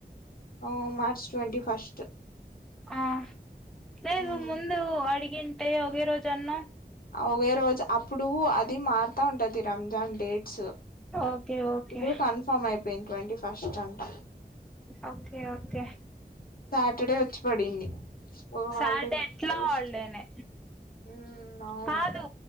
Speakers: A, on the left; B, in the centre.
A: హా మార్చ్ ట్వంటీ ఫస్ట్
B: ఆ లేదు
A: ఉమ్
B: ముందు వాడి ఎంటే ఒకే రోజాన్నావ్
A: ఒకే రోజు అప్పుడు అది మారుతా ఉంటది Ramzan dates
B: okay okay
A: ఇప్పుడు కన్ఫర్మ్ అయిపో యిన్ ట్వంటీ ఫస్ట్ అంట
B: ఓకే ఓకే
A: సాటర్డే వోచ్చి పడింది ఓ హాలిడే
B: సాటర్డే ఎట్లా
A: వేస్ట్
B: హాలిడేనే
A: హ్ అవును
B: కాదు